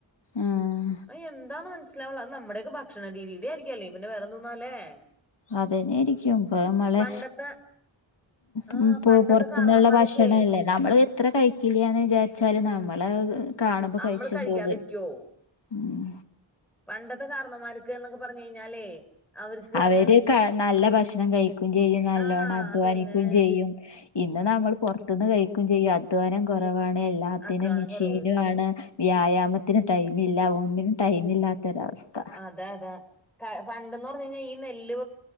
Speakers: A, on the left; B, in the centre.
A: ഉം
B: അയ് എന്താന്ന് മൻസ് ലാവണില്ല നമ്മുടെയക്കെ ഭക്ഷണ രീതിയുടെ ആയിരിക്കും അല്ലേ പിന്നെ വേറെന്തോന്നാലേ-
A: അതന്നൊയിരിക്കും ഇപ്പ മളെ
B: പണ്ടത്തെ ആഹ്
A: പൊ പൊ
B: പണ്ടത്തെ
A: പൊറത്തുന്നുള്ള
B: കാരണവന്മാരൊക്കെ
A: ഭക്ഷണ അല്ലേ നമ്മള് എത്ര കഴിക്കില്ലന്ന് വിചാരിച്ചാല് നമ്മള് കാണുമ്പോ
B: നമ്മള്
A: കഴിച്ച
B: കഴിക്കാതിരിക്കുവോ
A: പോവൻ ഉം
B: പണ്ടത്തെ കാരണമാർക്ക് എന്നൊക്കെ പറഞ്ഞു കഴിഞ്ഞാലേ അവർക്ക്
A: അവര്
B: അങ്ങനെ ഈ
A: നല്ല ഭക്ഷണം കഴിക്കുകയും ചെയ്യും നല്ലോണ്ണം
B: ആഹ്
A: അധ്വാനിക്കുകയും
B: അതന്നെ
A: ചെയ്യും ഇന്ന് നമ്മൾ പുറത്തുന്ന് കഴിക്കയും ചെയ്യും അധ്വാനം കുറവാണ് എല്ലാം ത്തിന്
B: അധ്വാനം
A: മെഷീനു
B: കുറവ്
A: ആണ് വ്യായാമത്തിന് ടൈമില്ല ഒന്നിനും ടൈമില്ലാത്തൊരവസ്ഥ
B: അതെ അതെ പണ്ടന്ന് പറഞ്ഞ് കഴിഞ്ഞാൽ ഈ നെല്ല്